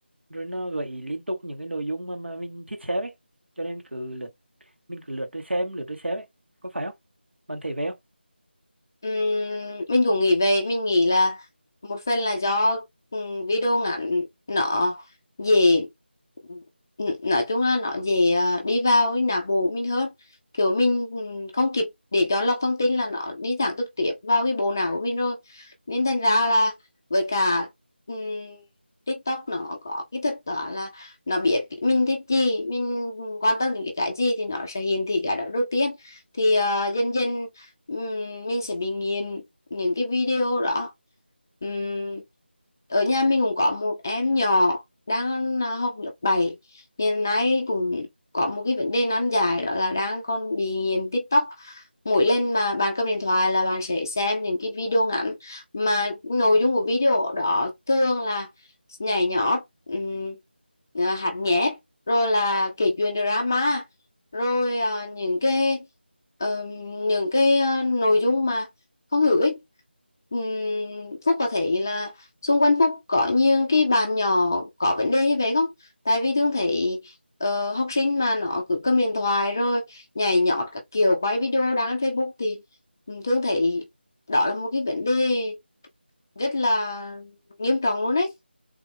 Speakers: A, on the right; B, on the left.
A: rồi nó gợi ý liên tục những cái nội dung mà mà mình thích xem ấy cho nên cứ lướt mình cứ lướt rồi xem lướt rồi xem ấy có phải không bạn thấy vậy không
B: Ừm, mình cũng nghĩ về mình nghĩ là một phần là do ừm, video ngắn nó dễ n- nói chung là nó dễ ờ, đi vào cái não bộ mình hơn kiểu mình ừm, không kịp để cho lọc thông tin là nó đi thẳng trực tiếp vào cái bộ não của mình rồi nên thành ra là với cả ừm, TikTok nó có cái thật đó là nó biết mình thích gì mình quan tâm đến cái gì thì nó sẽ hiển thị cái đó đầu tiên thì ờ, dần dần Ừm, mình sẽ bị nghiền những cái video đó Ừm, ở nhà mình cũng có một em nhỏ đang à, học lớp bảy hiện nay cũng có một cái vấn đề nan giải đó là đang còn bị nghiện TikTok mỗi lần mà bạn cầm điện thoại là bạn sẽ xem những cái video ngắn mà nội dung của video đó thường là nhảy nhót um, hát nhép rồi là kể chuyện drama rồi à, những cái ờ, những cái ờ, nội dung mà không hữu ích Ừm, Phúc có thấy là xung quanh Phúc có nhiều cái bạn nhỏ có vấn đề như vậy không tại vì thường thấy ờ, học sinh mà nó cứ cầm điện thoại rồi nhảy nhót các kiểu quay video đăng lên Facebook thì ừm, thường thấy đó là một cái vấn đề rất là nghiêm trọng luôn đấy